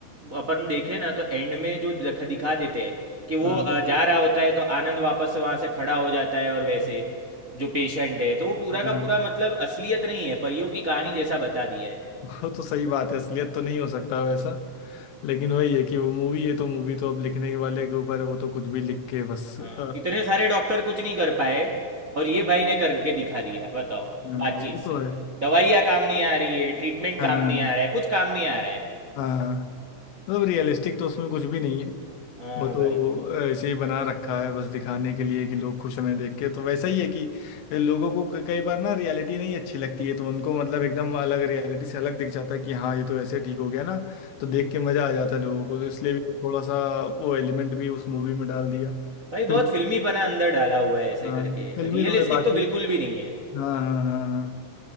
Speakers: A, on the right (about 85°); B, on the left (about 80°).
A: अपन देखे ना तो एंड में जो दिखा दिखा देते हैं कि वो
B: हाँ
A: अ, जा रहा होता है तो आनंद वापस से वहां से खड़ा हो जाता है और वैसे
B: हाँ
A: जो पेशेंट है तो वो पूरा
B: हाँ। हाँ।
A: का पूरा मतलब असलियत नहीं है परियों की कहानी जैसा बता दिया है
B: <laughs> वो तो सही बात है असलियत तो नहीं हो सकता वैसा लेकिन वही है कि वो मूवी है तो मूवी तो अब लिखने के वाले के ऊपर है, वो तो कुछ भी लिख के बस
A: हाँ,
B: अ,
A: इतने सारे डॉक्टर कुछ नहीं कर पाए और ये भाई ने करके दिखा दिया बताओ
B: हाँ,
A: बातचीत
B: वो
A: से
B: तो है
A: दवाइयाँ काम नहीं आ रही है ट्रीटमेंट
B: हाँ
A: काम नहीं आ रहा है कुछ काम नहीं आ रहा है
B: हाँ मतलब रियलिस्टिक तो उसमें कुछ भी नहीं है
A: हाँ
B: वो तो
A: भाई
B: ऐसे ही बना रखा है बस दिखाने के लिए कि लोग खुश हमें देख के तो वैसा ही है कि लोगों को क- कई बार ना रियलिटी नहीं अच्छी लगती है तो उनको मतलब एकदम अलग रियलिटी से अलग दिख जाता है कि हाँ ये तो ऐसे ठीक हो गया ना तो देख के मजा आ जाता है लोगों को तो इसलिए भी थोड़ा सा वो एलिमेंट भी उस मूवी में डाल दिया
A: भाई
B: फिर
A: बहुत फिल्मी बना अंदर डाला हुआ है ऐसे
B: हाँ
A: करके
B: फिल्मी
A: रियलिस्टिक
B: तो है बाकी
A: तो बिल्कुल
B: एक
A: भी नहीं है
B: हाँ हाँ हाँ हाँ